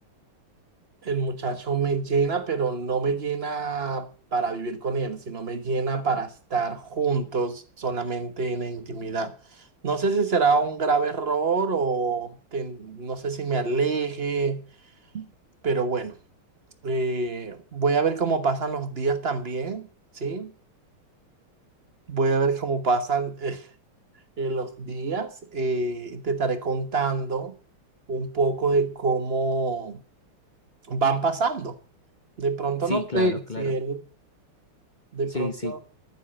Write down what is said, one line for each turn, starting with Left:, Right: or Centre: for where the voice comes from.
Right: el muchacho me llena, pero no me llena para vivir con él, sino me llena para estar juntos solamente en la intimidad. No sé si será un grave error o ten- no sé si me aleje, pero bueno, eh, voy a ver cómo pasan los días también, ¿sí? Voy a ver cómo pasan <laughs> en los días. eh, te estaré contando un poco de cómo van pasando. De pronto
Left: Sí,
Right: no
Left: claro,
Right: sé
Left: claro.
Right: si él, de
Left: Sí,
Right: pronto,
Left: sí,